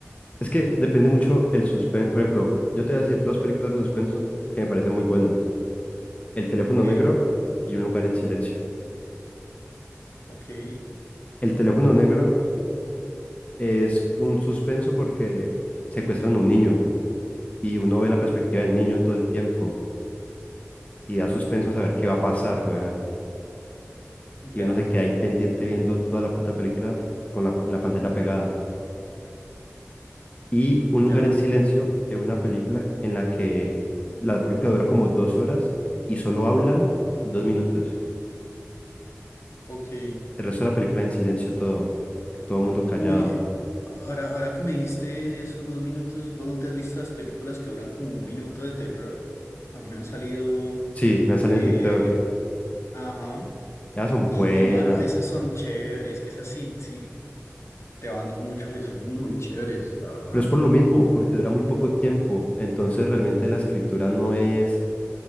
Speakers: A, on the left (about 30°); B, on the left (about 65°).
A: Es que depende mucho el suspenso. Por ejemplo, yo te voy a decir dos películas de suspenso que me parecen muy buenas. El teléfono
B: Ok,
A: negro y Un lugar en silencio.
B: ok,
A: El teléfono negro es un suspenso porque secuestran a un niño y uno ve la perspectiva del niño todo el tiempo y da suspenso saber
B: ok,
A: qué va a pasar, weón. Y
B: ya,
A: uno se queda ahí pendiente viendo toda la puta película con la, en la pantalla pegada. Y
B: ya,
A: Un lugar en silencio es una película en la que la película dura como dos horas y solo hablan dos minutos.
B: ok.
A: El resto de la película en silencio todo, todo el mundo callado.
B: Uy, eh, ahora, ahora que me dijiste esos dos minutos, ¿vos no te has visto las películas que duran como un minuto de terror? A mí me han salido.
A: Sí, me han salido
B: eh,
A: en TikTok.
B: Ajá.
A: Ellas son
B: Y,
A: buenas,
B: y mano, esas son chéveres. Esas sí, sí, te banco mucho que son muy chéveres, la verdad.
A: pero es por lo mismo, porque dura muy poco tiempo. Entonces realmente la escritura no es